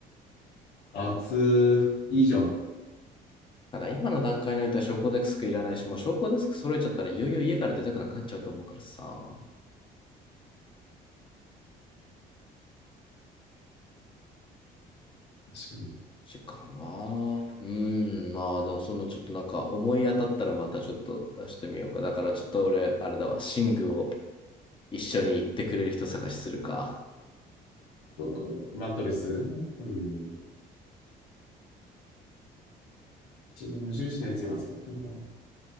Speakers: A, on the left; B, on the left.
A: 熱いいじゃん。
B: ただ今の段階においては昇降デスクいらないし、もう昇降デスク揃えちゃったらいよいよ家から出たくなくなっちゃうと思うからさ。
A: 確かに。
B: しかな。うん、まあ、もそのちょっとなんか思い当たったらまたちょっと出してみようか。だからちょっと俺、あれだわ、寝具を一緒に行ってくれる人探しするか。
A: そうマットレスうん。自分無印のやつ今使ってるな。う